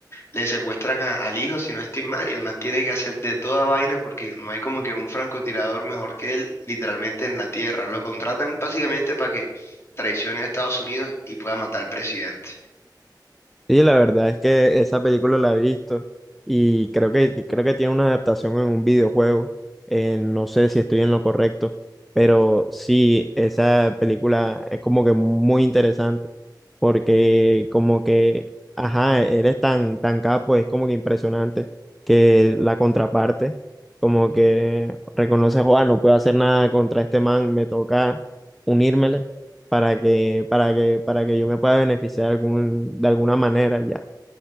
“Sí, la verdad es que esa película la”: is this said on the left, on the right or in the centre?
Centre